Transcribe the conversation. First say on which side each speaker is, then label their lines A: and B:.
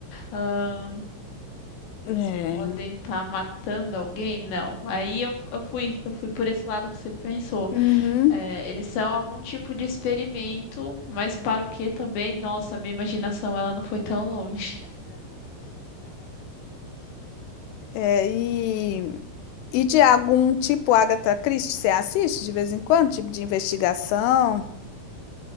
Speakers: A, on the left; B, on the left.
A: Ahn,
B: É,
A: eles podem estar matando alguém? Não. Aí eu, eu fui, eu fui por esse lado que você pensou.
B: Uhum.
A: É, eles são algum tipo de experimento, mas para o quê também? Nossa, minha imaginação ela não foi tão longe.
B: É, e, e de algum tipo Agatha Christie, você assiste de vez em quando? Tipo de investigação,